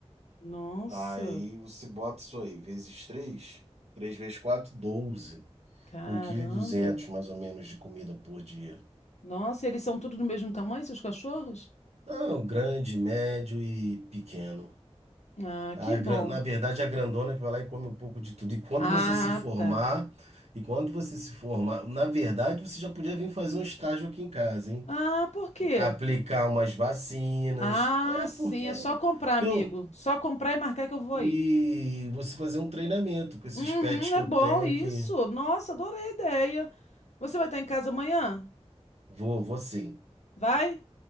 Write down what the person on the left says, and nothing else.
Nossa!
Caramba!
Nossa, eles são tudo do mesmo tamanho, seus cachorros?
Ah,
que bom.
Ah,
tá.
Ah, por quê?
Ah,
sim,
é só comprar, amigo.
Só comprar e marcar que eu vou
aí.
Uhum,
é
bom
isso. Nossa, adorei a ideia. Você vai estar em casa amanhã?
Vai?